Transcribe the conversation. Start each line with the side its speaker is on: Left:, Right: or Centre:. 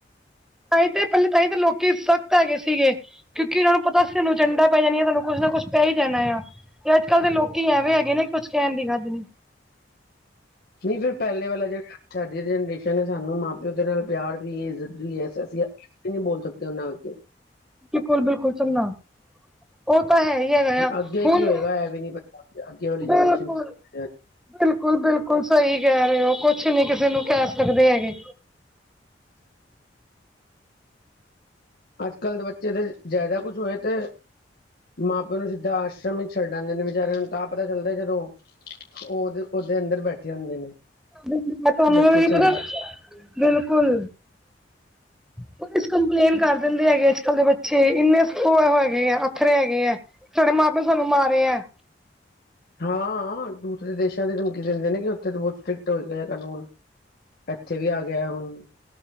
Centre: ਤਾਂਈ ਤਾਂ ਪੈਲੇ ਤਾਂਈਂ ਤਾਂ ਲੋਕੀ ਸਖਤ ਹੈਗੇ ਸੀਗੇ। ਕਿਉਂਕਿ ਓਨਾ ਨੂੰ ਪਤਾ ਸੀ ਸਾਨੂੰ ਚੰਡਾ ਪੈ ਜਾਣਾੀਆਂ, ਸਾਨੂੰ ਕੁੱਛ ਨਾ ਕੁਛ ਪੈ ਈ ਜਾਣਾ। ਤੇ ਅੱਜ-ਕੱਲ ਦੇ ਲੋਕੀ ਐਵੇਂ ਹੈਗੇ ਨੇ ਕਿ ਕੁਛ ਕੈਣ ਦੀ ਹੱਦ ਨੀਂ।
Left: ਨਈਂ ਫੇਰ ਪੈਲੇ ਵਾਲਾ ਜੇੜਾ ਸਾਡੀ ਜਨਰੇਸ਼ਨ ਐ, ਸਾਨੂੰ ਮਾਂ-ਪਿਓ ਦੇ ਨਾਲ ਪਿਆਰ ਵੀ ਏ ਇੱਜ਼ਤ ਜੀ ਐ ਅਸੀ ਵੀ ਨੀ ਬੋਲ ਸਕਦੇ ਓਨਾਂ ਅੱਗੇ।
Centre: ਬਿਲਕੁਲ-ਬਿਲਕੁਲ, ਸੁਣਨਾ ਓ ਤਾਂ ਹੈਈ ਗਿਆ ਯਾ
Left: ਅੱਗੇ
Centre: ਹੁਣ,
Left: ਕੀ ਹੋਏਗਾ ਇਹ ਵੀ ਨੀ ਪਤਾ ਅੱਗੇ ਵਾਲੀ
Centre: ਬਿਲਕੁਲ-ਬਿਲਕੁਲ
Left: ਜਨਰੇਸ਼ਨ ਕੀ
Centre: ਬਿਲਕੁਲ-ਬਿਲਕੁਲ ਸਈ ਕੈ ਰੇਓ, ਕੁਛ ਨੀ ਕਿਸੇ ਨੂੰ ਕਹਿ ਸਕਦੇ ਹੈਗੇ।
Left: ਅੱਜ-ਕੱਲ ਦੇ ਬੱਚੇ ਦੇ ਜਾਦਾ ਕੁਛ ਹੋਏ ਤੇ ਮਾਂ-ਪਿਓ ਨੂੰ ਸਿੱਧਾ ਆਸ਼ਰਮ ਈ ਛੱਡ ਆਂਦੇ ਨੇ, ਵਿਚਾਰਿਆਂ ਨੂੰ ਤਾਂ ਪਤਾ ਚੱਲਦਾ ਜਦੋਂ ਓ ਓਦੇ ਓਦੇ ਅੰਦਰ ਬੈਠੇ ਹੁੰਦੇ ਨੇ,
Centre: ਮੈਂ ਤੁਹਾਨੂੰ
Left: ਕਿ ਬੱਚੇ
Centre: ਵੀ
Left: ਛੱਡ
Centre: ਪਤਾ ਬਿਲਕੁਲ। ਪੁਲਿਸ ਕੰਪਲੇਂਨ ਕਰ ਦਿੰਦੇ ਹੈਗੇ ਅੱਜ-ਕੱਲ ਦੇ ਬੱਚੇ, ਇੰਨੇ ਹੈਗੇ ਆ ਅਥਰੇ ਹੈਗੇਆ। ਸਾਡੇ ਮਾਂ-ਪਿਓ ਸਾਨੂੰ ਮਾਰੇਯਾ।
Left: ਹਾਂ, ਦੂਸਰੇ ਦੇਸ਼ਾਂ ਦੀ ਧਮਕੀ ਦਿੰਦੇ ਨੇ ਕਿ ਉੱਥੇ ਤਾਂ ਬੋਤ ਸਟ੍ਰਿਕਟ ਹੋਏ ਗਏ ਕਾਨੂੰਨ। ਤੇ ਐਥੇ ਵੀ ਆ ਗੇਆ ਹੁਨ